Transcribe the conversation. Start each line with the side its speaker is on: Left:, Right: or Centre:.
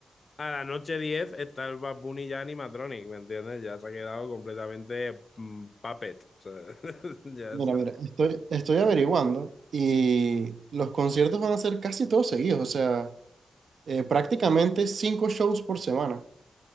Left: A la noche 10 está el Bad Bunny ya animatronic, ¿me entiendes? Ya se ha quedado completamente mm, puppet. o sea, <laughs> ya
Right: Mira,
Left: se-
Right: mira, estoy, estoy averiguando y los conciertos van a ser casi todos seguidos, o sea, eh, prácticamente cinco shows por semana.